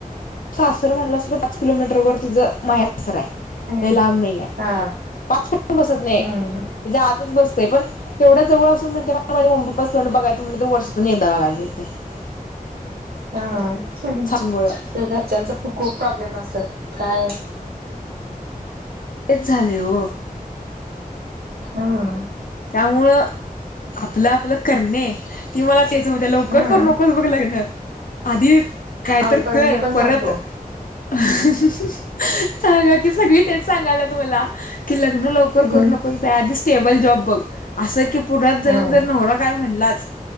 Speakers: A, on the left; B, on the right.
A: सासर म्हणला सुद्धा पाच किलोमीटर वर तिचं माहे सासर आहे.
B: हम्म
A: नाही लांब नाही ये
B: हा
A: पाच पण बसत नाही
B: हम्म
A: तुझ्या आतच बसते पण. तेवढा जवळ असूनण ते मा मम्मी पपा च तोंड बघायं म्ह तर वर्षातून एकदा बघायला मिळते. <inaudible>
B: हा तर
A: सासूमुळं.
B: घरच्यांच खूप प्रॉब्लेम असतात काय
A: तेच झाल ओ
B: हम्
A: त्यामुळं आपलं आपलं करणे त्यो मला तेच म्हणतो लवकर
B: हम्म
A: करू नकोस बघ लग्न आधी काय
B: आम्ही
A: तर
B: पण
A: कर
B: मी पण
A: परत
B: सांगतो
A: हाह हाह सांगा की, सगळी तेच सांगायला मला कि लग्न लवकर करू
B: हम्म
A: नको त्या आधी स्टेबल जॉब बघ. असं की, पुण्यातात जाऊन
B: हम्म
A: जर नवरा काय म्हणलाच?